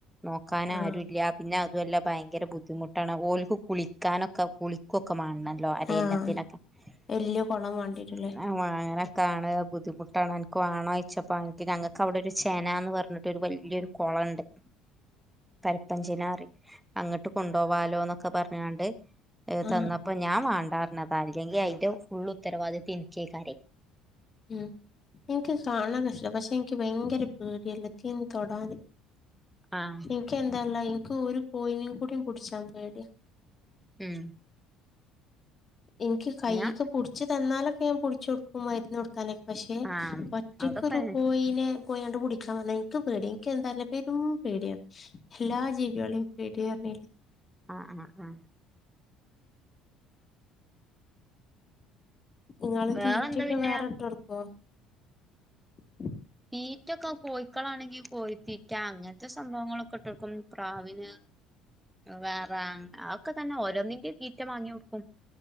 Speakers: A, in the centre; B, on the left (about 30°).
A: നോക്കാന
B: ആ
A: ആരു ഇല്ല പിന്നെ അതെല്ലാം ഭയങ്കര ബുദ്ധിമുട്ടാണ് ഓള്ക്ക് കുളിക്കാനൊക്കെ ഓ കുളിക്കൊക്കെ മാണല്ലോ അരയന്നത്തിനൊക്കെങ്ങനെ
B: ആ വല്യ കുളം വാണ്ടിട്ടല്ലേ
A: <unintelligible> കാണുക ബുദ്ധിമുട്ടാണ് എനിക്ക് വേണോ ചോയച്ചപ്പോം എനിക്ക് ഞങ്ങൾക്ക് അവിടെ ഒരു ചെന എന്ന് പറഞ്ഞിട്ട് ഒരു വലിയൊരു കുളംണ്ട്
B: <inaudible>
A: പരപ്പഞ്ചേന പറയും അങ്ങോട്ട് കൊണ്ടോ പോവാലോന്നൊക്കെ പറഞ്ഞാണ്ട് ഏഹ
B: ആ
A: തന്നപ്പോ ഞാൻ വേണ്ടറഞ്ഞതാ അല്ലെങ്കിൽ അതിന്റെ ഫുൾ ഉത്തരവാദിത്തം തിനച്ചേക്കര
B: ഉം എനിക്ക് കാണാൻ ഇഷട പക്ഷെ എനിക്ക് ഭയങ്കര പേടിയല്ലതിനെ തൊടാന്
A: ആഹ്
B: എനക്ക് എന്താല്ല എനിക്ക് ഒരു കോയിനു കൂടീം കുടിച്ചാ പേടിയാ
A: ഉം
B: എനിക്ക് കൈക്കെ
A: ഞാ
B: പിടിച്ച് തന്നാലൊക്കെ ഞാൻ പിടിച്ചു കൊടുക്കും മരുന്ന് കൊടുക്കാനൊക്കെ പക്ഷെ ഒറ്റ
A: ആഹ്
B: ഒറ്റയ്ക്കൊരു
A: അതൊക്കെ
B: കോയിനെ പോയിണ്ട് പുടിക്കാൻ പറന്നാ എനിക്ക് പേടിയാ എനിക്ക് എന്താല്ല പേരും പേടിയാണ് എല്ലാ ജീവികളെയും പേടിയ പറഞ്ഞില്ലേ
A: ആഹ് ആഹ് ആഹ്
B: നിങ്ങള്
A: വേറെന്താ
B: തീറ്റയൊക്കെ
A: പിന്നെ
B: വേറെട്ടോർക്കോ <inaudible>
A: തീറ്റൊക്കെ കോയിക്കളാണെങ്കിൽ കോയിത്തീറ്റാ അങ്ങനത്തെ സംഭവങ്ങളൊക്കെ ഇട്ടൊടുക്കും പ്രാവിന് വേറെ അതഒക്കെ തന്നെ ഓരോന്നിന്റെയും തീറ്റ വാങ്ങി കൊടുക്കും